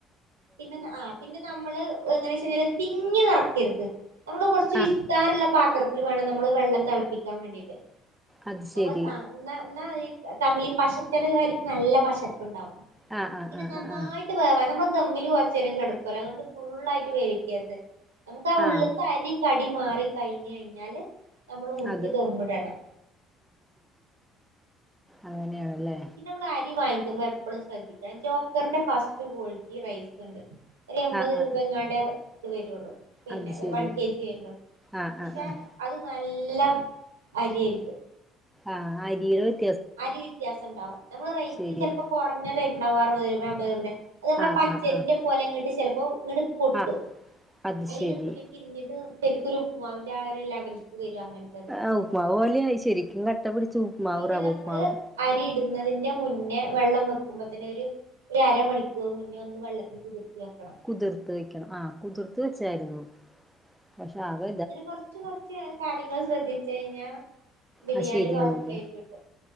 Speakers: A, on the right; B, in the centre.
A: പിന്നെ ആഹ് പിന്നെ ന മ്മള് എങ്ങനെചെഞ്ഞാൽ തിങ്ങിനെറക്കരുത് മ്മള് കൊർച്
B: ആഹ്
A: വിസ്താരള്ള പാത ത്രത്തില് വേണം നമ്മള് വെള്ളം തെള്പിക്കാൻവേണ്ടിട്ട്
B: അത് ശരി
A: നമ്മള് സ ആഹ് ന്ന ന്ന ഇ തമ്മില് പാഷർകലുകാരിക്ക് നല്ല പഷർപ് ണ്ടാകും
B: ആഹ് ആഹ്
A: പിന്നെ
B: ആഹ്
A: നന്നായി
B: ആഹ്
A: വേവാണം നമ്മൾദമ്മില് കോറ്ചേരം കെട്കൂലെ അതോണ്ട് ഫുള്ളായിട്ട് വേവിക്കരുത്‌. അതാ ഉള്ള്ത്ത
B: ആഹ് ആഹ്
A: അരി കടി മാറിക്കഴിഞ്ഞഴിഞ്ഞാൽ. നമ്മൾ ഊറ്റി
B: അത്
A: തമ്മ്ടണം
B: അങ്ങനെയാണ് ലെ.
A: പിന്നെമ്മള് അരിവാങ്ങിക്കുമ്പോ എപ്പളും സ്രദ്ധിക്കണം ജോക്കർന്റെ ഫസ്റ്റ് കോൾട്ടി റൈസ്ണ്ട്. ഒര് എമ്പത്
B: ആഹ്
A: രൂപയെങ്ങാണ്ടേ
B: ആഹ്
A: ഹ് ത് വരുള്ളു പിന്നെ
B: അത് ശരി
A: വൺകേജി വര്ന്
B: ആഹ്
A: പക്ഷെ.
B: ആഹ് ആഹ്
A: അത് നല്ലം അരിയായിരിക്കും
B: ആഹ് അരിയൊര്.
A: അരി വിത്യാസണ്ടാവും ഞമ്മളെ റൈറ്റിന്
B: ശരിയാ
A: ചെൽപൊ. കൊറഞ്ഞ ടൈപ്പ്ണ്ടാവുംഅറുപതു അബത് രൂപയുടെ അത് ഞമ്മള
B: ആഹ്
A: പച്ചരിന്റെ
B: ആഹ് ആഹ്
A: പോലങ്ങട്ട് ചെലപ്പോങ്ങട്ട് പൊട്ടും
B: ആഹ് അത്
A: അരിങ്ങട്ട്
B: ശരി
A: കുതി രിഞ്ഞിട്ട് ഹ് ശരിക്കൊരു ഉപ്പുമാവിന്റെ ആ ഒര് ലെവൽക് വരും അങ്ങന് ത്തെ
B: ആഹ് ഉപ്പുമാവ്പോലെയായി ശരിക്കും കട്ട പിടിച്ച ഉപ്പ്മാവ്
A: പിന്നെ
B: റവ
A: നമ്മള്
B: ഉപ്പ്മാവ്
A: അരിയിടുന്നതിന്റെ മുന്നേ വെള്ളം വെക്കുമ്പതന്നെഒര് ഒര് അരമണിക്കൂർ മുന്നേ ഒന്ന് വെള്ളത്തിൽ കുതിർത്തി വെക്കണം
B: കുതിർത്ത് വെക്കണം ആഹ് കുതിർത്ത് വെച്ചായിരുന്നു പക്ഷെ അത്
A: ഇതിന് കൊർച് കൊർച് കാര്യങ്ങള് സ്രദ്ധിചെയ്ഞ്ഞാൽ ബിരിയാണി
B: അത് ശരിയാവൂല
A: ബക്കയായിക്കിട്ടു.